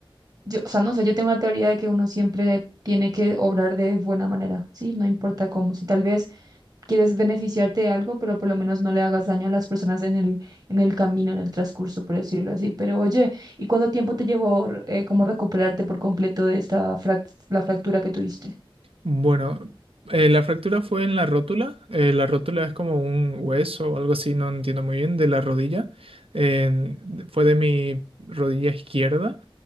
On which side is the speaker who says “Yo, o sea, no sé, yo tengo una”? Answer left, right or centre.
Right